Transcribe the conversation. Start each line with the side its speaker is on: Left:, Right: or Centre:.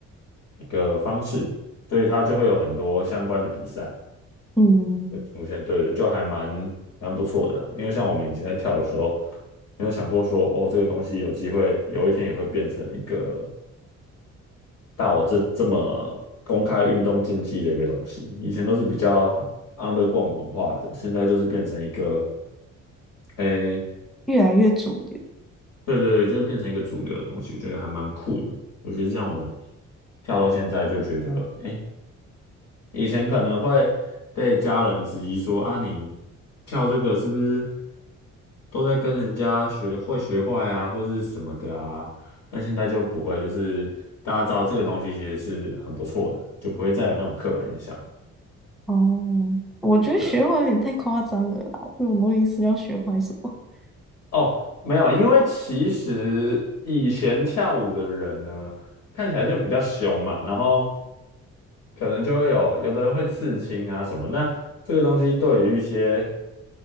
Left: 一个方式，所以它就会有很多相关的比赛
Centre: 嗯，
Left: 会出现，对对，就还蛮蛮不错的啊因为像我们以前在跳的时候，没有想过说哦，这个东西有机会有一天也会变成一个到这这么公开运动竞技的一个东西，以前都是比较 underground 文化的，现在就是变成一个。诶、
Centre: 越来越主流
Left: 对对对，就会变成一个主流的东西，觉得还蛮酷的。尤其是像我们跳到现在，就觉得，哎，以前可能会被家人质疑说啊，你跳这个是不是都在跟人家学会学坏啊，或是什么的啊？但现在就不会，就是大家知道这个东西其实是很不错的，就不会再有那种刻板印象。
Centre: 哦。我觉得学坏有点太夸张了啦，
Left: 对啊，
Centre: 这种东西是要学坏什么？<laughs>
Left: 哦，没有，因为其实以前跳舞的人呢，看起来就比较凶嘛，然后。可能就会有有的人会刺青啊什么。那这个东西对于一些